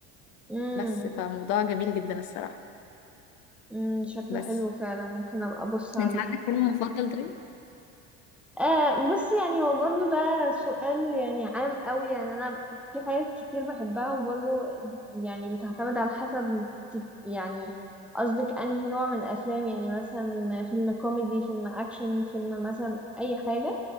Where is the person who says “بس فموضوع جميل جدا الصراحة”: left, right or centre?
Left